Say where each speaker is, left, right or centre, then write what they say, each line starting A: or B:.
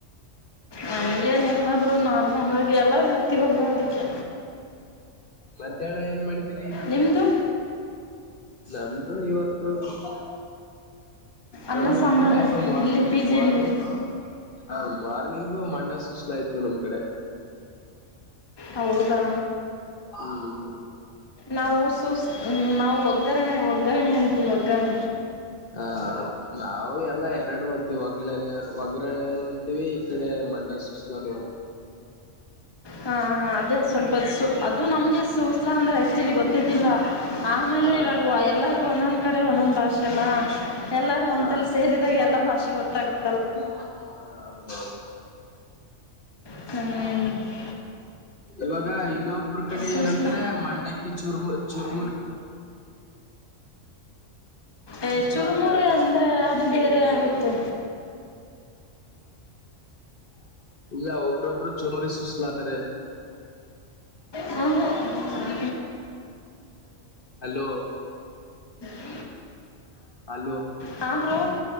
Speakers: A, on the left (about 20°); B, on the left (about 50°).
A: ಹಂಗೇನೆ ಎಲ್ಲಾದ್ರು ನಾರ್ಮಳಗಿ ಎಲ್ಲಾರ ಇರ್ತೀವಲ್ಲ ಅದಕ್ಕೆ
B: ಮಧ್ಯಾಹ್ನ ಏನ್ ಮಾಡಿದ್ರಿ
A: ನಿಮದುು
B: ನಮ್ದು ಇವತ್ತು ಹ್ಮ ನಮ್ದ
A: ಅನ್ನ ಸಾಂಬಾರೇ
B: ಉಪ್ಪಿಟ್ಟಿಪ್ಪ ಮಾರ್ನಿಂಗ್
A: ಇಲ್ಲಿ ಪಿ ಜಿಯಲ್ಲಿ
B: ಮಾರ್ನಿಂಗ್ ಹ ಮಾರ್ನಿಂಗು ಮಂಡ್ಯ ಸುಸ್ಲಯ್ತು ನಮ್ ಕಡೆ
A: ಹೌದಾ
B: ಹ್ಮ್
A: ನಾವು ಸು ನಾವು ಒಗ್ಗರಣೆ ಒಗ್ಗರಣೆ ಅಂತೀವಿ ಒಗ್ಗರಣ
B: ಹ್ಮ ನಾವವು ಎಲ್ಲ ಎರಡು ಅಂತೀವಿ ಒಗ್ಗರಣೆನು ಅಂತೀವಿ ಈ ಕಡೆ ಮಂಡಳ ಸುಸ್ಲನು ಅಂತವಿ
A: ಹ ಅದೇ ಸ್ವಲ್ಪ ಅದು ನಮ್ಗೆ ಸೂಸ್ಲ ಅಂದರೆ ಆ್ಯಕ್ಚುಲಿ ಗೊತ್ತಿದ್ದಿಲ್ಲ ಆಮೇಲೆ
B: ಹಾ
A: ಇವಾಗ ಎಲ್ಲರೂ ಒಂದೊಂದು ಕಡೆ ಒಂದೊಂದ್ ಭಾಷೆಲ್ಲಾ ಎಲ್ಲಾರೂ ಒಂದಲ್ಲಿ
B: ಹಾ
A: ಸೇರಿದಾಗ ಎಲ್ಲಾ ಭಾಷೆ ಗೊತ್ತಾಗುತ್ತೆ
B: ಹಾ ಹೌದುದು
A: ಹ್ಮ್
B: ಇವಾಗ ಇನ್ನೊಬ್ರ ಕಡೆ
A: ಸೂಸ್ಲ
B: ಏನಂದ್ರೆ ಮಂಡಕ್ಕಿ ಚುರ್ಮು ಚುರ್ಮು
A: ಏ
B: ಸುಸ್ಲಾ
A: ಚುರುಮುರಿ
B: ಅಂತಾರೆ
A: ಅಂದ್ರೆ ಅದು ಬೇರೆ ಆಗುತ್ತೆ
B: ಇಲ್ಲ ಒಬ್ರೊಬ್ರು ಚುರಮುರ್ ಸುಸ್ಲಾತಾರೆ
A: ಹ್ಮ್ ಹ್ಮ
B: ಹಲೋ
A: <unintelligible>
B: ಅಲೋ
A: ಹಾಂ ಬ್ರೋ